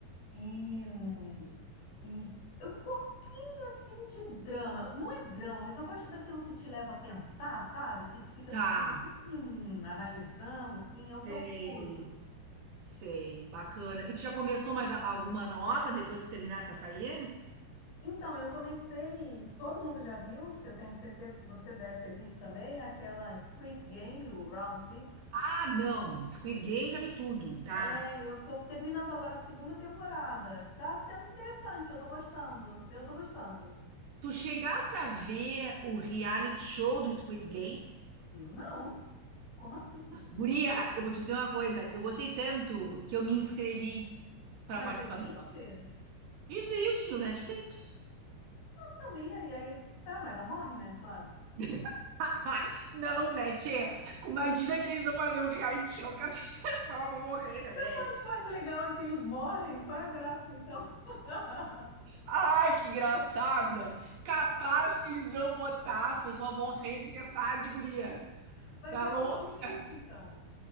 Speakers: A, on the left (about 65°); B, on the right (about 65°).
A: e hum, e um pouquinho assim de drama. Não é drama, mas eu gosto daquilo que te leva a pensar, sabe? Que tu fica
B: Tá.
A: assim hum, analisando, assim, é o que
B: Sei.
A: eu curto.
B: Sei. Bacana. E tu já começou mais a- alguma nova depois que terminasse essa aí?
A: Então, eu comecei, todo mundo já viu, eu tenho certeza que você deve ter visto também, aquela Squid Game, o Round Six.
B: Ah, não. Squid Game já vi tudo, tá?
A: É, eu tô terminando agora a segunda temporada. Tá sendo interessante, eu tô gostando. Eu tô gostando.
B: Tu chegasse a ver o reality show do Squid Game?
A: Eu não. Como assim?
B: Guria, eu vou te dizer uma coisa. Eu gostei tanto que eu me inscrevi para
A: Mas
B: participar
A: existe?
B: do próximo. Isso existe no Netflix.
A: Não sabia. E aí, tá, mas não morre, né? Claro.
B: <laughs> Não, né, tchê? Imagina que eles vão fazer um reality show que as <laughs> pessoas vão morrer, né, velho?
A: A parte mais legal é que eles morrem. Qual é a graça, então? <laughs>
B: Ai, que engraçada! Capaz que eles vão botar as pessoas a morrer de verdade, guria.
A: Vai
B: Tá
A: virar
B: louca?
A: um limite, então.